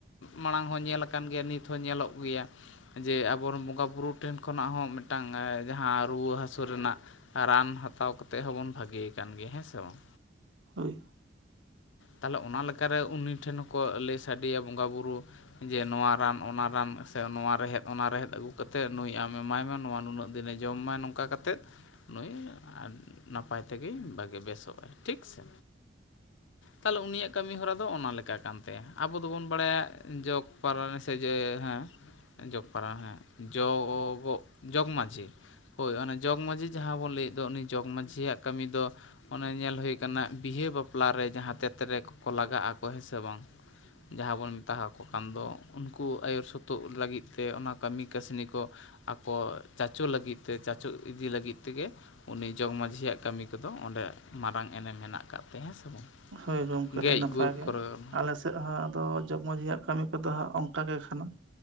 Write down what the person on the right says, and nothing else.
ᱦᱳᱭ
ᱦᱳᱭ ᱜᱚᱢᱠᱮ
ᱟᱹᱰᱤ ᱱᱟᱯᱟᱭ
ᱜᱮ
ᱟᱞᱮ ᱥᱮ ᱦᱚᱸ ᱟᱫᱚ ᱡᱚᱜᱽ ᱢᱟᱡᱷᱤᱭᱟᱜ ᱠᱟᱹᱢᱤ ᱠᱚᱫᱚ ᱦᱟᱸᱜ ᱚᱱᱠᱟᱟᱜ ᱜᱮ ᱠᱟᱱᱟ